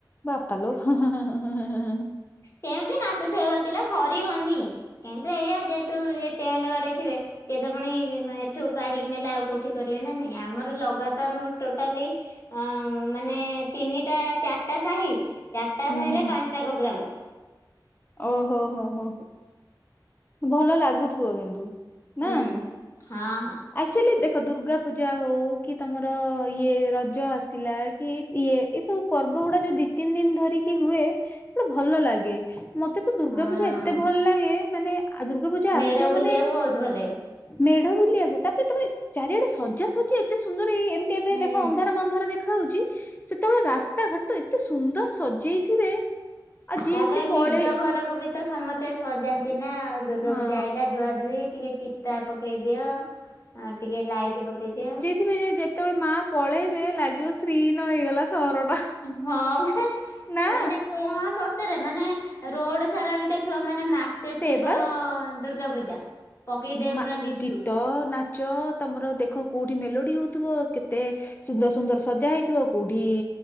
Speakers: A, on the left (about 25°); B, on the left (about 40°).
A: ବାପା ଲୋ, ହାଁ, ହାଁ, ହାଁ, ହାଁ
B: ସେମିତି ନାଚୁଥିବେ ବା ପିଲା ସରିବନି। କିନ୍ତୁ ଏଇଆ ଯେହେତୁ ଏ ଟେଣ୍ଟ ବାଡେଇଥିବେ, ସିଏ ତ ଫୁଣି ଏଠୁ କାଢିକି ନେଲେ ଆଉ କୋଉଠି କରିବେ ନା ନାଇଁ। ଆମର ଲଗାତାର ମୁ ଟୋଟାଲି ମାନେ ଅଁ ତିନିଟା ଚାରିଟା ସାହି ଚାରିଟା ସାହିରେ
A: ହୁଁ
B: ପାଞ୍ଚଟା ପ୍ରୋଗ୍ରାମ।
A: ଓହୋ ହୋ ହୋ, ଭଲ ଲାଗୁଥିବ କିନ୍ତୁ
B: ହୁଁ।
A: ନା?
B: ହଁ ହଁ।
A: ଆକଚୋଲି ଦେଖ ଦୁର୍ଗା ପୂଜା ହୋଉ କି ତମର ଇଏ ରଜ ଆସିଲା କି ଇଏ ଏଇ ସବୁ ପର୍ବ ଗୁଡା ଯୋଉ ଦି ତିନି ଦିନି ଧରିକି ହୁଏ ଗୋଟେ ଭଲ ଲାଗେ। ମତେ ତ ଦୁର୍ଗା
B: ହଁ
A: ପୂଜା ଏତେ ଭଲ ଲାଗେ ମାନେ ଆ ଦୁର୍ଗା ପୂଜା
B: ମେଢ
A: ଆସିବ
B: ବୁଲିବାକୁ
A: ମାନେ
B: ବହୁତ ଭଲ ଲାଗେ।
A: ମେଢ ବୁଲିବାକୁ ତାପରେ ତମେ ଚାରିଆଡେ ସ ଜା ସୁଜି ଏତେ ସୁନ୍ଦର ଏଇ ଏମତି ଏବେ
B: ହୁଁ
A: ଦେଖ ଅନ୍ଧାର ମନ୍ଧାର ଦେଖାଯାଉଚି ସେତୋବେଳେ ରାସ୍ତା ଘାଟ ଏତେ ସୁନ୍ଦର ସଜେଇଥିବେ ଆଉ
B: ତାପରେ
A: ଯିଏ ଏମିତି ପଳେଇ
B: ନିଜ ଘରକୁ ବି ତ ସମସ୍ତେ ସଜାନ୍ତି ନା ଆଉ ଦୁର୍ଗା
A: ହଁ
B: ପୂଜା ଆଇଲା ଧୁଆ ଧୁଇ ଟିକେ ଚିତା ପକେଇ ଦିଅ ଅ ଟିକେ ଲାଇଟ୍ ପକେଇ ଦିଅ।
A: ଥିବେ ଯେ ଯେତେବେଳେ ମା ପଳେଇବେ ଲାଗିବ ଶ୍ରୀହିନ ହେଇଗଲା ସହରଟା।
B: ହଁ ପା
A: ନା
B: ମାନେ ପୁ ହଁ ସତରେ ମାନେ ରୋଡ ସାରା ବି ଦେଖ୍ ଖିବ ମାନେ ମାସେ
A: ସେ
B: ଥିବ
A: ବା
B: ଦୁର୍ଗା ପୂଜା ପକେଇଦେବେ
A: ମା
B: ପୁରା ଲିଚୁ।
A: ଗୀତ ନାଚ ତମର ଦେଖ କୋଉଠି ମେଲୋଡି ହୋଉଥୁବ କେତେ ସୁନ୍ଦର ସୁନ୍ଦର ସଜା ହେଇଥିବ କୋଉଠି